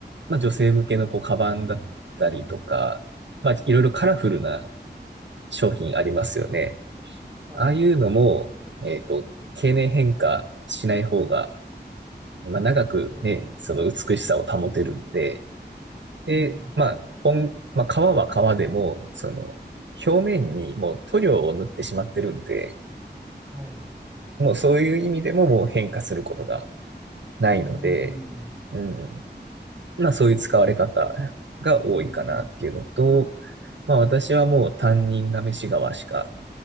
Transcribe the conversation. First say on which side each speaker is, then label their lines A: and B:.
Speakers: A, on the right; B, on the right.
A: まあ、女性向けのこう、カバンだったりとか、まあ、いろいろカラフルな商品ありますよね。
B: うん、はい。
A: ああいうのも、えっと、経年変化しない方が、まあ、
B: うん、
A: 長くね、
B: そうですよね。
A: その美しさを保てるんで、で、
B: うん、
A: まあ、本まあ、革は革でも、その、表面にもう塗料を塗ってしまってるんで、
B: はい。
A: もうそういう意味でももう変化することがないので、
B: うん、
A: うん。まあそういう使われ方が多いかなっていうのと、
B: うん。
A: まあ私はもう担任が飯側しか